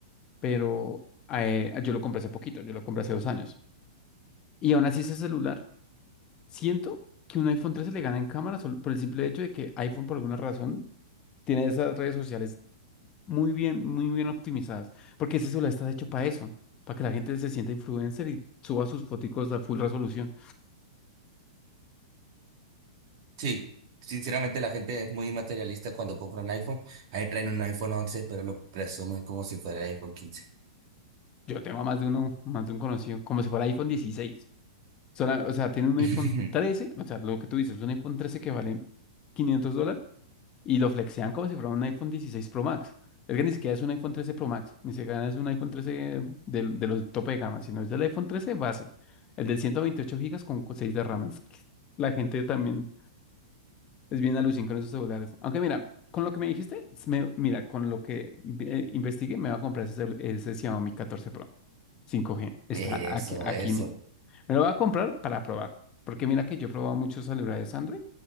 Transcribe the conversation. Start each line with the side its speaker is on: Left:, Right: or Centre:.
Left: pero eh, yo lo compré hace poquito, yo lo compré hace dos años. Y aún así ese celular, siento que un iPhone trece le gana en cámara solo por el simple hecho de que iPhone por alguna razón tiene esas redes sociales muy bien, muy bien optimizadas, porque ese celular está hecho para eso, para que la gente se sienta influencer y suba sus foticos a full resolución.
Right: Sí, sinceramente la gente es muy materialista cuando compra un iPhone. Ahí traen un iPhone once, pero lo presumen como si fuera iPhone quince.
Left: Yo tengo a más de uno, más de un conocido, como si fuera iPhone dieciséis, Sola- o sea, tiene un
Right: <laughs>
Left: iPhone trece, o sea, lo que tú dices, un iPhone trece que vale 500 dólares y lo flexean como si fuera un iPhone 16 Pro Max. Es que ni siquiera es un iPhone 13 Pro Max, ni siquiera es un iPhone 13 del- de, los tope de gama, sino es del iPhone 13 base, el del 128 gigas con 6 de RAM. Es que la gente también es bien alucin con esos celulares. Aunque mira, con lo que me dijiste, me- mira, con lo que eh, investigué, me va a comprar ese, cel- ese Xiaomi 14 Pro 5G. Está
Right: Eso,
Left: aquí, aquí.
Right: eso.
Left: Me lo voy a comprar para probar. Porque mira que yo he probado muchos celulares Android.